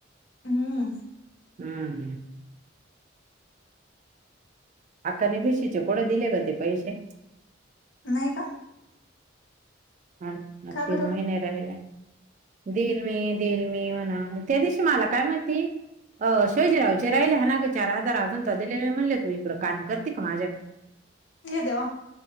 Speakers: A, on the left; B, on the right.
A: हम्म.
B: हं. आत्ता नाही फिशीचे कोडे दिले ग ते पैसे.
A: नाही का.
B: ह म <unintelligible>
A: का
B: तन
A: बरं
B: महि राहिलाय दिल मी दिल मी म्हणा त्या दिवशी मला काय माहिती अ शवाजीरावचे
A: हम्
B: राहिले हा ना ग चार हजार अजून तर दिले म्हणले तू इकडं काम करते का माझ्यात.
A: ये देवा